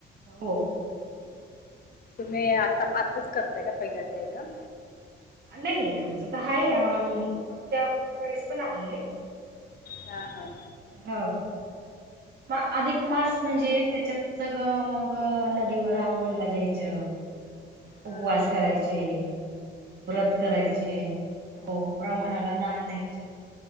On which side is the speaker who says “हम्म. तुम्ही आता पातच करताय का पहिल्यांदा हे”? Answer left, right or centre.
Left